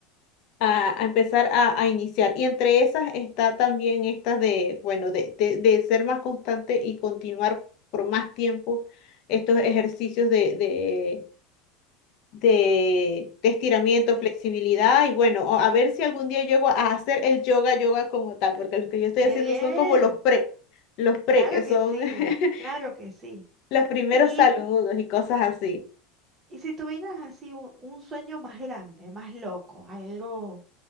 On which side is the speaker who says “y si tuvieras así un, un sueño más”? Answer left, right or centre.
Right